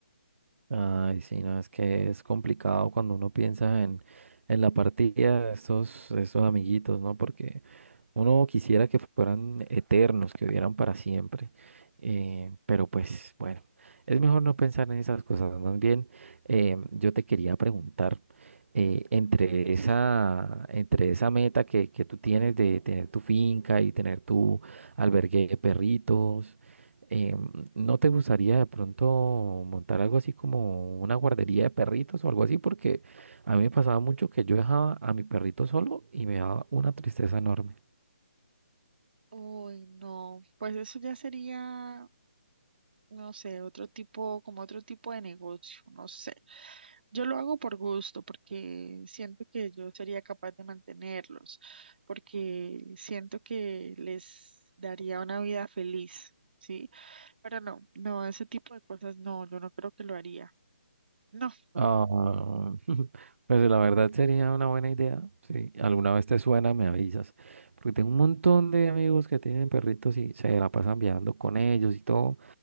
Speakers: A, on the right (about 80°); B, on the right (about 50°).
A: Ay, sí, no, es que es complicado cuando uno piensa en, en la partida de estos, de estos amiguitos, ¿no? Porque Uno quisiera que fueran eternos, que vivieran para siempre, eh, pero pues bueno, es mejor no pensar en esas cosas. Más bien, eh, yo te quería preguntar, eh, entre esa, entre esa meta que, que tú tienes de tener tu finca y tener tu albergue de perritos, eh, ¿no te gustaría de pronto montar algo así como una guardería de perritos o algo así? Porque a mí me pasaba mucho que yo dejaba a mi perrito solo y me daba una tristeza enorme.
B: Uy, no, pues eso ya sería, no sé, otro tipo, como otro tipo de negocio, no sé. Yo lo hago por gusto, porque siento que yo sería capaz de mantenerlos, porque siento que les daría una vida feliz, ¿sí? Pero no, no, ese tipo de cosas no, yo no creo que lo haría. No,
A: Ah, <laughs> pues la verdad sería una buena idea. Si alguna vez te suena, me avisas. Porque tengo un montón de amigos que tienen perritos y se la pasan viajando con ellos y todo